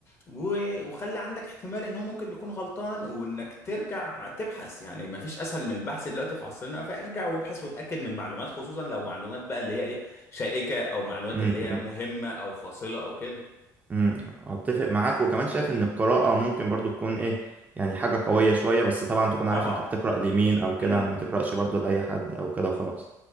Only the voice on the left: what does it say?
و- وخلي عندك احتمال ان هو ممكن يكون غلطان وانك ترجع تبحث يعني ما فيش اسهل من البحث دلوقتي في عصرنا فارجع وابحث وتاكد من المعلومات خصوصا لو معلومات بقى اللي هي ايه شائكه او معلومات
اللي هي مهمه او فاصله او كده
طبعا
امم
إمم.